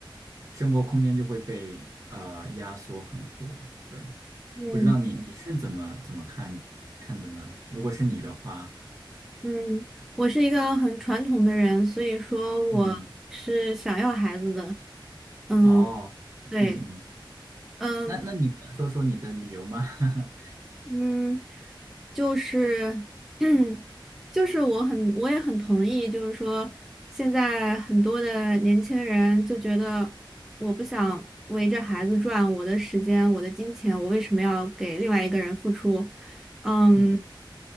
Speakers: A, on the right (about 40°); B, in the centre.
A: 生活空间就会被呃压缩很多，对。
B: 嗯
A: 不知道你你是怎么怎么看看的呢？如果是你的话，
B: 嗯，我是一个很传统的人，所以说我是想要孩子的，
A: 嗯，
B: 嗯，
A: 哦，
B: 对。
A: 嗯嗯，
B: 嗯，
A: 那那你能说说你的理由吗？<laughs>
B: 嗯，就是 <clears throat> 就是我很我也很同意，就是说现在很多的年轻人就觉得我不想围着孩子转，我的时间，我的金钱，我为什么要给另外一个人付出？嗯，
A: 嗯